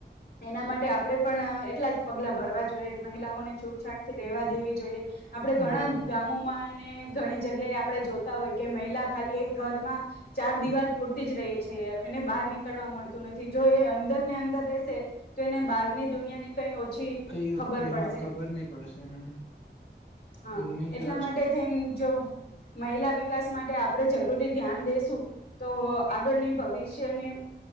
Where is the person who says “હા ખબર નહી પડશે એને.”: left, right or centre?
Left